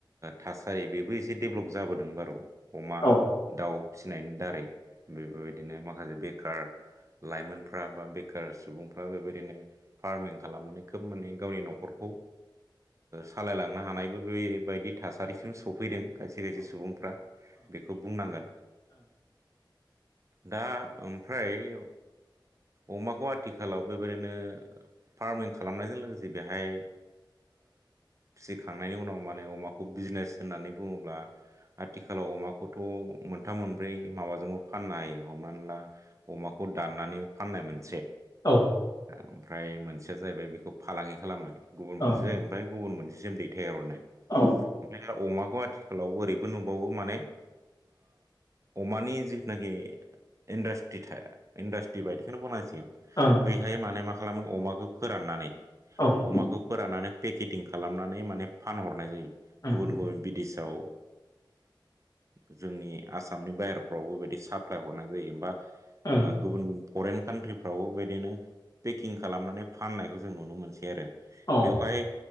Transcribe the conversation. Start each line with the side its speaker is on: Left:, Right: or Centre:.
Right: थासारि बेबो एसे दडेभलप जाबोदों बार' अमा
Left: औ
Right: दाउ फिसिनायनि दारै बेफोरबायदिनो माखासे बेखार लाइमोनफ्रा बा बेखार सुबुंफ्रा बेबायदिनो फार्मिं खालामनानै खोब माने गावनि न'खरखौ। सालायलांनो हानायबो बेबायदि थासारिसिम सफैदों। खायसे खायसे सुबुंफ्रा बेखौ बुंनांगोन
Left: औ
Right: दा ओमफ्राय अमाखौ आथिखालाव बेबायदिनो र फार्मिं खालामनायजों लोगोसे बेहाय फिसिखांनायनि उनाव माने अमाखौ बिजनेस होननानै बुङोब्ला आथिखालाव अमाखौथ' मोनथाम मोनब्रै माबाजोंबो फाननो हायो हमनानै ला अमाखौ दाननानै फाननाय मोनसे।
Left: औ
Right: ओमफ्राय मोनसेया जाहैबाय बेखौ फालांगि खालामबाय। गुबुन
Left: ओं
Right: मोनसे जागोन ओमफ्राय गुबुन मोनसे जम दैथायनाय
Left: औ
Right: ओमफ्राय। अमाखौ आथिखालाव ओरैबो नुबावो माने अमानि जिथुनाखि इन्डास्ट्रि थाया इन्डास्ट्रि बायदिखौनो बनायसिग
Left: ओं
Right: बैहाय माने मा खालामो अमाखौ फोराननानै
Left: औ ओं
Right: अमाखौ फोराननानै। पेकेटिं खालामनानै माने फानहरनाय जायो
Left: ओं
Right: गुबुन गुबुन बिदेशाव। जोंनि आसामनि बाहेरफ्रावबोबायदि साप्लाय हरनाय जायोबा।
Left: ओं
Right: गुबुन गुबुन फरेन कान्ट्रिफ्रावबो बेदिनो पेकिं खालामनानै फाननायखौ जों नुनो मोनसै आरो
Left: औ
Right: बेवहाय